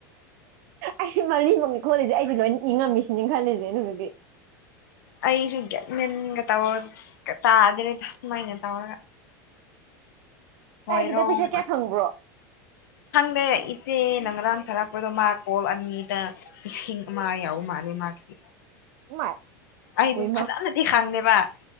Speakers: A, on the right; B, on the left.
A: ꯑꯩ ꯃꯔꯤ ꯃꯨꯛꯅꯤ ꯈꯣꯠꯂꯤꯁꯦ ꯑꯩꯁꯦ ꯂꯣꯏꯅ ꯏꯪꯉꯝꯃꯤꯁꯤꯅꯤ ꯈꯜꯂꯤꯁꯦ ꯑꯗꯨꯗꯤ
B: ꯑꯩꯁꯨ ꯒꯌ꯭ꯥꯟ ꯃꯦꯟꯒ ꯇ ꯇꯥꯗ꯭ꯔꯦꯗ ꯁꯨꯃꯥꯏꯅ ꯇꯧꯔꯒ ꯑꯣꯏꯔꯣꯡ
A: ꯀꯥꯏꯅꯤꯗ ꯄꯩꯁꯥ ꯀꯌꯥ ꯐꯪꯕ꯭ꯔꯣ
B: ꯑ ꯏꯆꯦ ꯅꯪꯔꯥꯡ ꯊꯥꯔꯛꯄꯗꯣ ꯃꯥ ꯀꯣꯜ ꯑꯅꯤꯗ ꯏꯁꯤꯡ ꯑꯃ ꯌꯥꯎ ꯃꯥꯂꯦ ꯃꯥꯒꯤꯗꯤ
A: ꯏꯃꯥꯏ
B: ꯑꯩꯗꯨ
A: ꯍꯣꯏꯃꯥ
B: ꯐꯖꯅꯗꯤ ꯈꯪꯗꯦꯕ ꯋꯥ